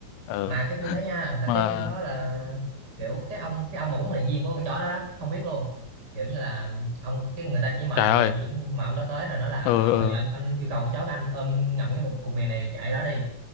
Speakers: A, on the left; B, on the right.
A: Ừ,
B: mà cái phim đó nha là
A: mà
B: cái phim đó là kiểu cái ông cái ông mà huấn luyện viên của con chó đó, đó không biết luôn kiểu như là ông cái người ta chỉ mời
A: trời
B: mời
A: ơi,
B: đạo diễn mà ông đó tới rồi nói là
A: ừ,
B: à, à,
A: ừ
B: giờ anh anh yêu cầu con chó của anh ôm ngậm cái một cục mì này chạy đó đi